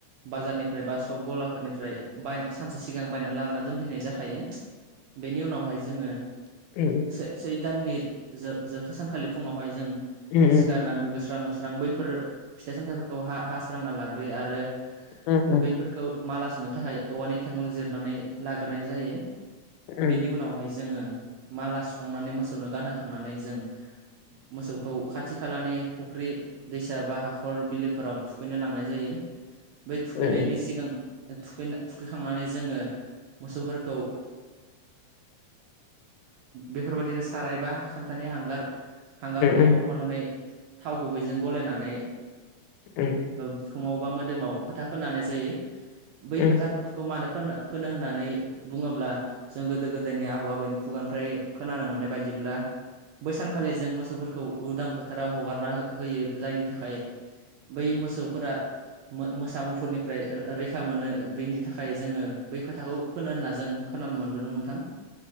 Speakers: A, on the right; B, on the left.
A: बाजारनिफ्राय बा सक गलाफोरनिफ्राय बाय सानसे सिगां बायनानै लाबोना दोनफैनाय जाखायो। बेनि उनावहाय जोङो
B: उम
A: सै सै दाननि जोबथा सानखालि फुङावहाय जों
B: उम
A: सिखारनानै दुगैस्रां लोब लोबस्रां बैफोर फिथाइ सामथाइफोरखौ हास्रांना लाग्रोयो आरो
B: उम
A: बैफोरखौ माला सुनो थाखाय औवानि थेंगुल जिरनानै लाग्रोनाय जायो।
B: उम
A: बेनि उनावहाय जोङो माला सुखांनानै मोसौनो गानहोखांनानै जों मोसौखौ खाथि खालानि फुख्रि दैसा बा हाखर बिलोफोरा थु थुखैनो लांनाय जायो बै थुखैनायनि
B: उम
A: सिगां थुखै थुखैखांनानै जोङो मोसौफोरखौ ओ बेफोरबायदिनो साराय बा खान्थानि हांगार हांगारखौ
B: उम
A: हख'नानै थाव गुबैजों गलायनानै
B: उम
A: फिकुङाव बा मोदोमाव फोथा फोननाय जायो बै
B: उम
A: फोथा मानो फोनो होननानै बुङोब्ला जों गोदो गोदायनि आबौ आबौनि खुगानिफ्राय खोनानो मोननाय बायदि ब्ला बैसानखालि जों मोसौफोरखौ उदां फोथाराव हगारना होयो जायनि थाखाय बै मोसौफोरा मोसामुफोरनिफ्राय रैखा मोनो बेनि थाखाय जोङो बै फोथाखौ फोनो होनना जों खोनानो मोनबोदों नोंथां